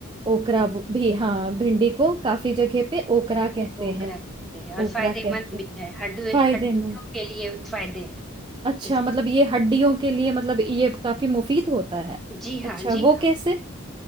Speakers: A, on the right; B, in the centre.
A: اکر بھی ہاں بھنڈی کو کافی جگہ پہ اوکرا کہتے
B: وہ
A: ہیں
B: کر کرتے ہیں اور
A: اوکرا
B: فائدے
A: کہتے
B: مند
A: ہیں.
B: بھی ہے ہڈ
A: فائدے
B: ہڈ
A: مند
B: کے لیے فائدے
A: اچھا
B: اس میں
A: مطلب یہ ہڈیوں کے کے لیے مطلب یہ کافی مفید ہوتا ہے
B: جی ہاں
A: اچھا
B: جی
A: وہ
B: ہاں
A: کیسے